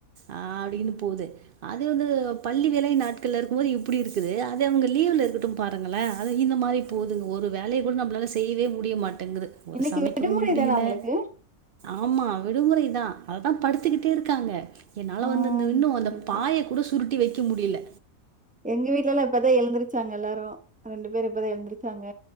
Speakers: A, on the right; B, in the centre.
A: ஆ அப்டீனு போது அது வந்து பள்ளி வேலை நாட்கள்ள இருக்குமோது இப்புடி இருக்குது அதே இவ்ங்க லீவு இர்க்கட்டூ பாருங்களேன் அது இந்த மாரி போதுங் ஒரு வேலய கூட நம்ப்ளால செய்யிவே முடிய மாட் டங்குது ஒரு
B: இன்னைக்கு
A: சமைக்கவு
B: விடுமுறை
A: முடிவு
B: தான உங்களுக்கு?
A: ஆமா விடுமுறைதா அதா படுத்துகிட்டே இருக்காங்க என்னால
B: ம்.
A: வந்து இந்த இன்னு அந்த
B: சரி,
A: பாயகுடோ
B: சரி.
A: சுருட்டி வெக்க முடில
B: எங்க வீட்ல எல்லா இப்பதா எழுந்திருச்சாங்க எல்லாரு ரெண்டு பேரு இப்பதா எழுந்துருச் ச்சாங்க